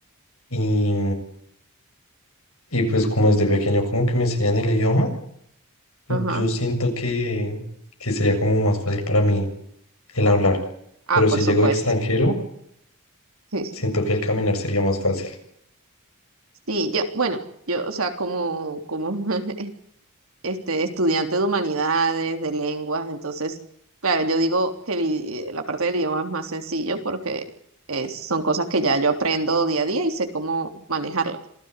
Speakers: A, on the left (about 70°); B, on the right (about 70°).
A: y, y pues como desde pequeño como que me enseñan el idioma, yo
B: Ajá.
A: siento que, que sería como más fácil para mí el hablar.
B: Ah,
A: Pero
B: por
A: si
B: supuesto.
A: llego extranjero,
B: <laughs>
A: siento que el caminar sería más fácil.
B: Sí, yo, bueno, yo, o sea, como, como <laughs> este, estudiante de humanidades, de lenguas, entonces, claro, yo digo que el i- la parte del idioma es más sencillo porque es- son cosas que ya yo aprendo día a día y sé cómo manejarlas.